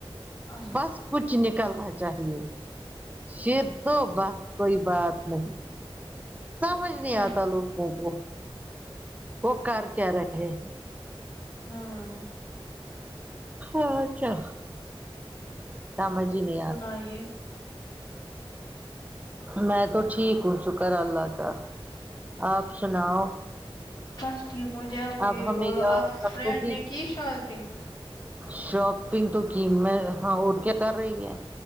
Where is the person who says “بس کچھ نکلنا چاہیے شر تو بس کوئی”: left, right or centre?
Right